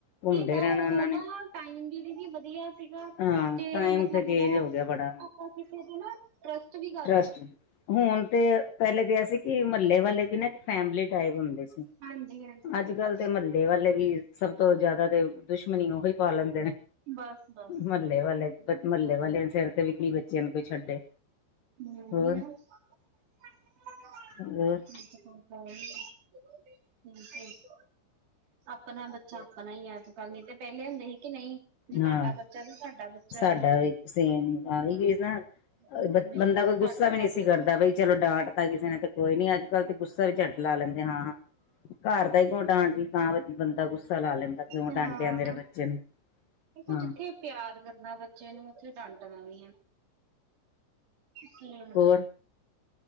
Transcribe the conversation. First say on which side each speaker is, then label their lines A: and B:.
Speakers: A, on the left (about 65°); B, on the right (about 45°).
A: ਘੁੰਮਦੇ
B: ਤਾਂ
A: ਰਹਿਣਾ
B: ਉਦੋਂ
A: ਉਹਨਾਂ
B: ਨਾ
A: ਨੇ
B: ਟਾਈਮ ਵੀ ਹੀ ਵਧੀਆ ਸੀਗਾ
A: ਹਾਂ
B: ਤੇ
A: ਟਾਈਮ
B: ਮਤਲਬ
A: ਤੇ ਚੇਂਜ
B: ਜ
A: ਹੋ ਗਿਆ ਬੜਾ
B: ਅਸ ਦਿਲ ਨਾਲ ਟਰੱਸਟ ਵੀ
A: ਟਰਸਟ ਹੁਣ ਤੇ ਪਹਿਲੇ ਕਿਹਾ ਸੀ ਕਿ ਮਹੱਲੇ ਵਾਲੇ ਵੀ ਨਾ ਇੱਕ ਫੈਮਿਲੀ ਟਾਈਪ ਹੁੰਦੇ ਸੀ
B: ਹਾਂਜੀ ਹਾਂਜੀ
A: ਅੱਜ ਕੱਲ ਤੇ ਮੇ ਦੇ <unintelligible> ਵਾਲੇ ਵੀ ਸਭ ਤੋਂ ਜਿਆਦਾ ਤੇ ਦੁਸ਼ਮਣੀ ਉਹੀ ਪਾਲੈਦੇ ਨੇ
B: ਬਸ ਬਸ
A: ਮਹੱਲੇ
B: ਹਮ
A: ਵਾਲੇ ਮਹੱਲੇ ਵਾਲੇ ਸਿਰ ਤੇਵੀ ਕੀ ਬੱਚੇ ਜਿਨ ਕੋਈ <unintelligible> ਛੱਡੇ
B: ਹਮ
A: ਹੋਰ
B: ਨਾਠ
A: ਹੋਰ
B: <unintelligible> <unintelligible> ਆਪਣਾ ਬੱਚਾ ਆਪਣਾ ਹੀ ਹੈ ਅੱਜਕੱਲ ਨਹੀ ਤੇ ਪਹਿਲੇ ਹੁੰਦੇ ਸੀ ਕਿ ਨਹੀਂ ਜੇ ਤੁਹਾਡਾ
A: ਹਾਂ
B: ਬੱਚਾ ਤੇ ਤੁਡਾ ਬੱਚਾ
A: ਸਾਡਾ
B: ਵੀ
A: ਸੇਮ ਆ ਇਹ ਨਾ
B: ਹੁਣ
A: ਬ
B: ਨਹੀਂ
A: ਬੰਦਾ
B: ਜੀ
A: ਕੋਈ
B: ਤੁਹਾਡਾ
A: ਗੁੱਸਾ ਵੀ
B: ਸਾਡਾ
A: ਨਹੀ ਸੀ ਕਰਦਾ
B: ਹੀ
A: ਬਈ ਚਲੋ ਡਾਂਟ ਤ ਕਿਸੇ ਨੇ ਤੇ ਕੋਈ ਨੀ ਅਜ ਕਲ ਗੁੱਸਾ ਵੀ ਝੱਡ ਲਾ ਲੈਂਦੇ ਹਾਂ। ਘਰ ਦਾਈ ਕਿਉਂ ਡਾਂਟ ਤਾਂ ਬੰਦਾ ਗੁੱਸਾ ਲਾ ਲੈਂਦਾ ਕਿਉ
B: ਏ
A: ਡਾਂਟਿਆ
B: ਹਾਂ
A: ਮੇਰੇ ਬੱਚੇ ਨੂੰ
B: ਦੇਖੋ,
A: ਹਾਂ
B: ਜਿੱਥੇ ਪਿਆਰ ਕਰਨਾ ਬੱਚੇ ਨੂੰ ਉੱਥੇ ਡੰਟਣਾ ਵੀ ਹੈ। ਤੀਨ
A: ਹੋਰ